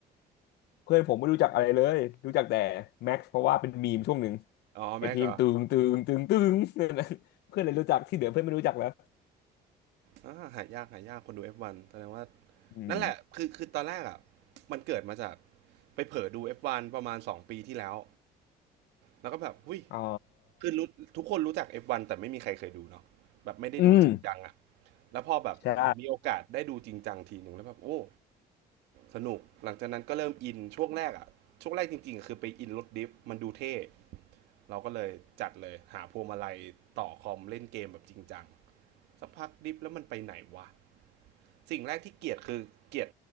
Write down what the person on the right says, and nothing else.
อ๋อแม็กเหรอ
อ่าหายากหายากคนดู F1 แสดงว่า
นั่นแหละคือคือตอนแรกอ่ะมันเกิดมาจากไปเผลอดู F1 ประมาณ2ปีที่แล้วแล้วก็แบบหุ้ย
คือรู้ทุกคนรู้จัก F1 แต่ไม่มีใครเคยดูเนาะแบบไม่ได้ดูจริงจังอะ
แล้วพอแบบเหมือนมีโอกาสได้ดูจริงจังทีหนึ่งแล้วแบบโอ้
สนุกหลังจากนั้นก็เริ่มอินช่วงแรกอะช่วงแรกจริงๆอะคือไปอินรถดิฟมันดูเท่เราก็เลยจัดเลยหาพวงมาลัยต่อคอมเล่นเกมแบบจริงจังสักพักดิฟแล้วมันไปไหนวะสิ่งแรกที่เกลียดคือเกลียด